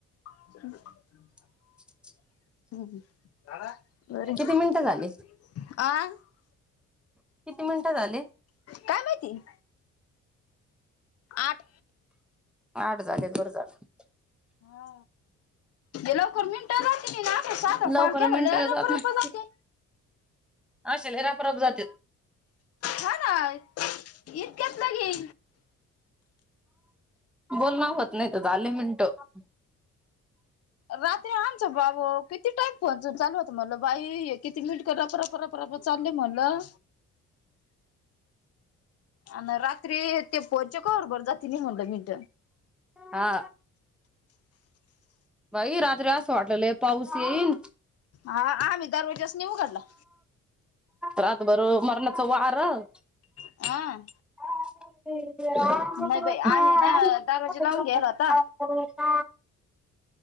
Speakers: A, on the left; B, in the centre.
A: <unintelligible>
B: <inaudible>
A: हम् ह्
B: किती मिनिटं झाले
A: बरं.
B: किती मिनिटं झाले?
A: काय माहिती आठ
B: आठ झाले बर का आता.
A: हा, हे लवकर मिनट जातील ना? साधा
B: लवकर
A: कॉल केला
B: मिनट
A: की लेंय
B: जात
A: रप,
B: नाही
A: रप लगते
B: अशे लय रपरप जाते
A: हा ना? इतक्यात लगी
B: बोलन होत नाहीत झाले मिनिटं.
A: रात्री आणच बाबू किती टाइम फोनच चालू होत म्हणलं बाई! किती मिनट. ते रप रप रप चालले म्हणलं. आणि रात्री ते पच्याकर जाते निघूण मी म्हणलं.
B: हा. बाई! रात्री असं वाटलेले पाऊस येईन.
A: हा, आम्ही. दरवाज च नाही उघडला.
B: रात भर मरणाच वारं
A: आ
B: <unintelligible>
A: नाही बाई आम्ही ना दरवाजा लावून घ्यायला होता